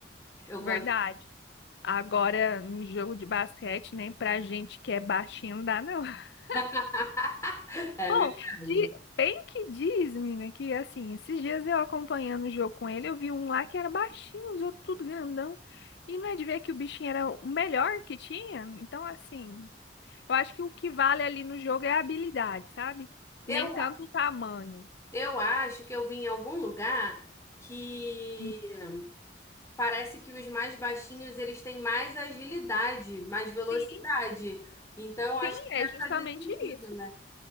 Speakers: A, on the left (about 15°); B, on the left (about 65°).
A: Eu
B: verdade.
A: gosto.
B: Agora, em jogo de basquete, nem pra gente que é baixinho não dá, não. <laughs>
A: <laughs> É
B: Bom,
A: verdade.
B: de- bem que diz, menina, que assim, esses dias eu acompanhando o jogo com ele, eu vi um lá que era baixinho, os outros tudo grandão. E não é de ver que o bichinho era o melhor que tinha? Então, assim. Eu acho que o que vale ali no jogo é a habilidade, sabe?
A: Eu,
B: Nem tanto o tamanho.
A: eu acho que eu vim em algum lugar que
B: Hum.
A: Parece que os mais baixinhos eles têm mais agilidade, mais velocidade.
B: Sim,
A: Então, acho
B: sim,
A: que deve
B: é justamente
A: fazer sentido,
B: isso.
A: né?